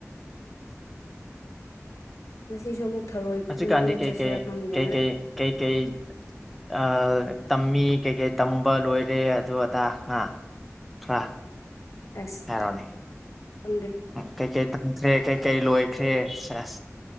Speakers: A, on the left; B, in the centre.
A: ꯃꯁꯤꯁꯨ ꯑꯃꯨꯛ ꯊꯔꯣꯏ
B: ꯍꯧꯖꯤꯀꯥꯟꯗꯤ
A: ꯈꯨꯟꯕ
B: ꯀꯩ
A: ꯆꯠꯁꯤꯔꯥ
B: ꯀꯩ
A: ꯈꯪꯗꯦ
B: ꯀꯩ ꯀꯩ ꯀꯩ ꯀꯩ ꯑ ꯇꯝꯃꯤ ꯀꯩꯀꯩ ꯇꯝꯕ ꯂ‌ꯣꯏꯔꯦ ꯑꯗꯨ ꯑꯗꯥ ꯍꯥ ꯍꯥ
A: ꯑꯁ
B: ꯍꯥꯏꯔꯣꯅꯦ
A: ꯈꯪꯗꯦ
B: ꯀꯩꯀꯩ ꯇꯝꯈ꯭ꯔꯦ ꯀꯩꯀꯩ ꯂꯣꯏꯈ꯭ꯔꯦ ꯁ‌ꯦꯁ